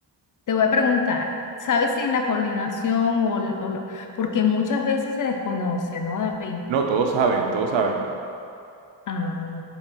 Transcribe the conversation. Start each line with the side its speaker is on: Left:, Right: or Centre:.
Left: te voy a preguntar, ¿sabes si en la coordinación o, l- o lo- porque muchas veces se desconoce, ¿no, David?
Right: no, todos saben, todos saben,
Left: Ah,